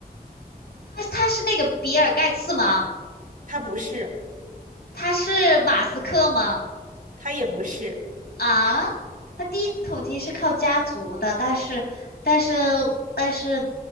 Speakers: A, on the left; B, on the right.
A: 他他是那个比尔盖茨吗？
B: 他不是，
A: 他是马斯克吗？
B: 他也不是，
A: 啊，他第一桶金是靠家族的，但是但是但是